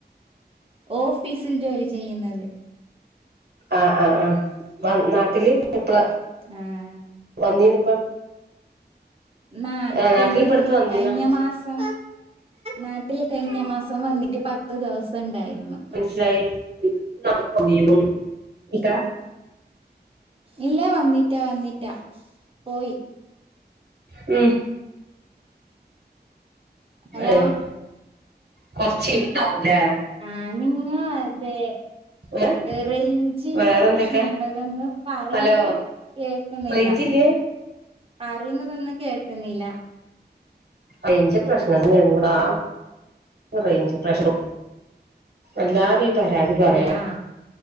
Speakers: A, on the right; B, on the right.
A: ഓഫീസിൽ ജോലി ചെയ്യുന്നത്
B: ആഹ് ആ ആ നാട്ടില് എപ്പള
A: ഏഹ്
B: വന്നിന്നോ ഇപ്പോ
A: നാട്ടില്കഴിഞ്ഞ
B: ആഹ് നാട്ടില് ഇപ്പടുത്ത് വന്നീനാ
A: മാസം നാട്ടില് കഴിഞ്ഞ മാസം വന്നിട്ട് പത്ത് ദിവസം ഉണ്ടായിരുന്നു.
B: കുട്ടി എത്ര ആയി ഇപ്പോ നാട്ടിക്ക് വന്നിന്നോ ഇക്ക
A: ഇല്ല വന്നിട്ടാ വന്നിട്ടാ പോയി.
B: മം
A: ഹലോ
B: ഏഹ് കൊറച് എരി ഉണ്ടാവൂലെ?
A: അനങ്ങാതെ
B: ഏഹ്
A: റേഞ്ചിന്റെ
B: വേറെന്തൊക്കെ
A: പ്രശ്നം ഉണ്ടോ ഇതോന്ന് പറയുന്നത്
B: ഹലോ
A: കേൾക്കുന്നില്ല
B: റേഞ്ചില്ലേ
A: പറയുന്നതൊന്നും കേൾക്കുന്നില്ല
B: റെഞ്ച്പ്രശ്നം തന്നെയാണ് ഇവിടെ ആകെ റെഞ്ച് പ്രശ്നം എല്ലാരുംഈ പരാതി പറയ്ണ്
A: അതെയാ